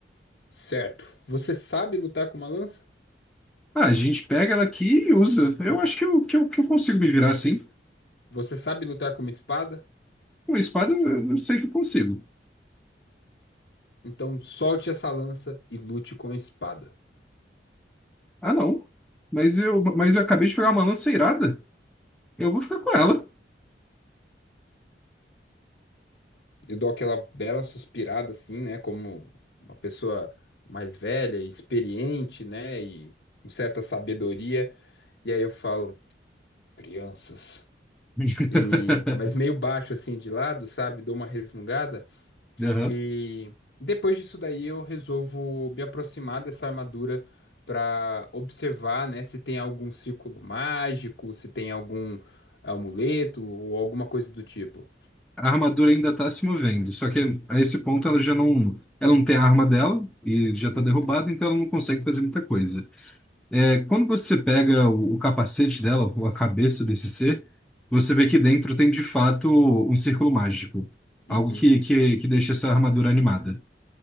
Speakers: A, on the left (about 70°); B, in the centre.
A: Certo. Você sabe lutar com uma lança?
B: Ah, a gente pega ela aqui e usa. Eu acho que eu, que eu, que eu consigo me virar assim.
A: Você sabe lutar com uma espada?
B: Com espada eu eu não sei que eu consigo.
A: Então solte essa lança e lute com a espada.
B: Ah, não. Mas eu, mas eu acabei de pegar uma lança irada. Eu vou ficar com ela.
A: Eu dou aquela bela suspirada, assim, né? Como uma pessoa mais velha, e experiente, né? E com certa sabedoria. E aí eu falo, crianças.
B: <laughs>
A: E, mas meio baixo, assim, de lado, sabe? Dou uma resmungada.
B: Aham.
A: E depois disso daí eu resolvo me aproximar dessa armadura para observar, né, se tem algum círculo mágico, se tem algum amuleto ou alguma coisa do tipo.
B: A armadura ainda tá se movendo. Só que a esse ponto ela já não, ela não tem a arma dela e já tá
A: Uhum,
B: derrubada, então ela não consegue fazer muita coisa. É, quando você pega o, o capacete dela, ou a cabeça desse ser, você vê que dentro tem de fato um círculo mágico. Algo
A: uhum.
B: que, que, que deixa essa armadura animada.